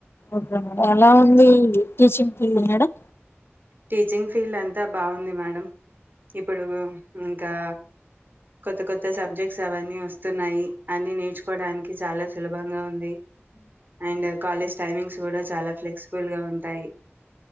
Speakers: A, on the left; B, on the right.
A: ఓకే మేడం ఎలా ఉంది teaching field madam
B: teaching field అంతా బాగుంది మేడం ఇప్పుడు మీ ఇంకా కొత్త కొత్త సబ్జెక్ట్స్ అవన్నీ వస్తున్నాయి అన్ని నేర్చుకోవడానికి చాలా సులభంగా ఉంది అండ్ కాలజ్ టైమింగ్స్ కూడా చాలా ఫ్లెక్సిబుల్ గా ఉంటాయి